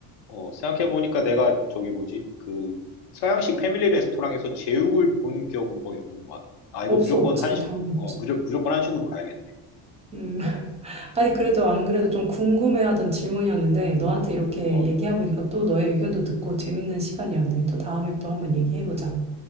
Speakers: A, on the left; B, on the right.
A: 어, 생각해보니까 내가 저기 뭐지? 그 서양식 패밀리 레스토랑에서 제육을 본 기억은 거의 없는 것 같아. 아, 이거
B: 없어,
A: 무조건
B: 없지.
A: 한식,
B: 당연히 없지.
A: 어, 무조, 무조건 한식으로 가야겠네.
B: 음. <laughs> 아니, 그래도 안 그래도 좀 궁금해하던 질문이었는데, 너한테 이렇게
A: 어,
B: 얘기해보니까 또 너의 의견도 듣고 재밌는 시간이었네. 또 다음에 또 한번 얘기해보자.